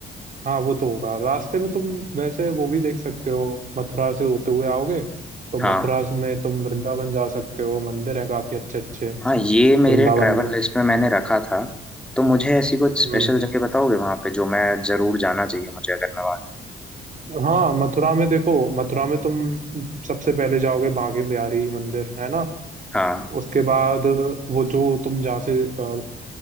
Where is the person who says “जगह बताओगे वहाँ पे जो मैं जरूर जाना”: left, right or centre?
Centre